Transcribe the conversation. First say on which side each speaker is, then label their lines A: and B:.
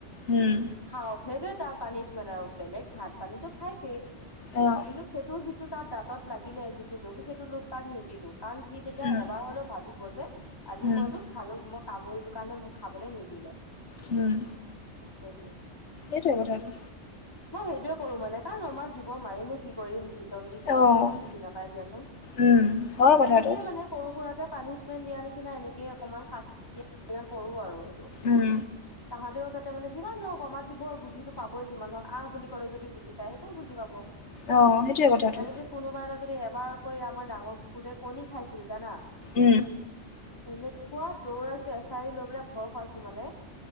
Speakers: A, on the left; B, on the left.
A: উম
B: খাওঁক সেইটোৱে তাৰ পানিচমেণ্ট আৰু বেলেগ ভাত পানীতটো খাইছেই।
A: অ'
B: কিন্তু সেইটোও যি টো তাৰ দাঁত লাগিলে যিটো লোক সেইটো লোক তাক নিদিলো কাৰণ সি তেতিয়া
A: উম
B: এবাৰ হলেও ভাবিব যে আজি
A: উম
B: মইতো খালো মই কামুৰিলো কাৰণে মোক খাবলৈ নিদিলে
A: উম
B: সৰি
A: এইেইটোোৱব
B: মই সেইটোয়ে কৰো মানে কাৰণ ৰমাত জীিব মাৰিনো কি কৰিম বিতন দি সিহঁতেওতো
A: অ'
B: বুজি নাপাই দিয়াচোন
A: উম হয় কথাটো
B: এনেকেইে মানে সৰু সুৰাৰাকে পানিচমেন্ট দিয়া নিচিনা এনেকে অকনমান শাস্তি দিয়া নিচনা কৰো আৰু
A: উম
B: তাহতে তাৰমানে যিমানহওক কম জীিব হয় বুজিো পাবই যিমানওক আহ বুলি ক'লে যদি বুজি পায় সেইটোও বুজি পাব
A: অ সেইটোৱে কথাটো
B: এনেকে কোনোবা এটা যদি এবাৰ কৈ আমাৰ ডাঙৰ কুকুৰটোৱে কণী খাইছিল জানা
A: উম
B: এনেকুৱা দৌৰাইছো এছাৰি লৈ পেলাই ভয় খুৱাইছো মানে